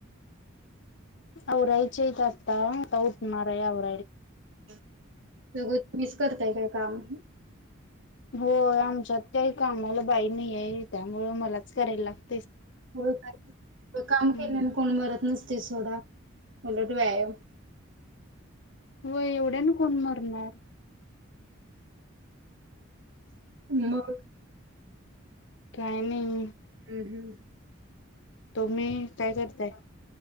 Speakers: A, on the left; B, on the right.
A: आवरायच्यात आत्ता <unintelligible>
B: तहोय, तुम्हीच करताय काय काम?
A: हो, आमच्यात त्याही कामाला बाई नाही आहे त्यामुळे मलाच करायला लागत.
B: हो काय? काम
A: हम्म
B: केल्याने कोण मरत नस्- ते सोडा उलट व्यायाम-
A: होय एवढ्यान कोण मरणार?
B: मग्.
A: काय नाही.
B: <inaudible>
A: तुम्ही- काय करताय?